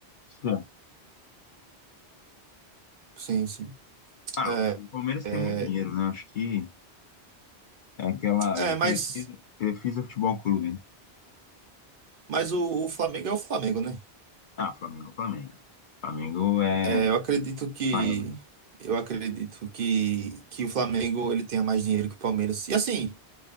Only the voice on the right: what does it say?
Sim, sim.
É,
é,
é,
mas,
mas o, o Flamengo é o Flamengo, né?
É, eu acredito que
eu acredito que, que o Flamengo ele tenha mais dinheiro que o Palmeiras. E assim,